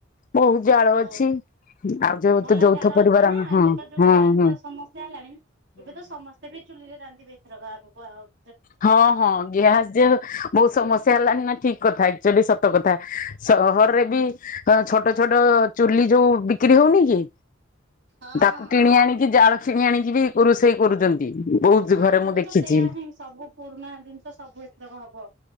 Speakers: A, on the left; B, on the right.
A: ବହୁତ ଜାଳ ଅଛି
B: ହଉ
A: ଆଉ ଯଉ
B: ଭଲ
A: ତ ଯୌଥ
B: ଜାଳ
A: ପରିବାର
B: ଅଛି ନା
A: ଆମ ହଁ
B: ଏବେ ତ ଯୋଉ
A: ହୁଁ
B: ଗ୍ୟାସ
A: ହୁଁ।
B: ର ସମସ୍ୟା ହେଲାଣି ଏବେ ତ ସମସ୍ତେ ବି ଚୁଲିରେ ରାନ୍ଧିବେ ଏଥରକ ଆଗକୁ। କୁହା
A: ହଁ ହଁ ଗ୍ୟାସ ଯେ ବହୁତ ସମସ୍ୟା ହେଲାଣିି ନା ଠିକ କଥା। ଚୂଆଲି ସତ କଥା। ସହରରେ ବି ଅ ଛୋଟ ଛୋଟ ଚୁଲି ଯଉ ବିକ୍ରି ହଉନି କି?
B: ହଁ
A: ତାକୁ
B: ହଁ
A: କିଣି ଆଣିକି ଜାଳ କିଣି ଆଣିକି ବି ରୋଷେଇ କରୁଛନ୍ତି। ବହୁତ
B: ହଁ
A: ଘରେ
B: ଆଗକୁ
A: ମୁଁ ଦେଖିଛି
B: ତ ସେୟଆ ହିଁ ସବ ସବୁ ପୁରୁଣା ଜିନିଷ ସବୁ ଏଥରକ ହବ।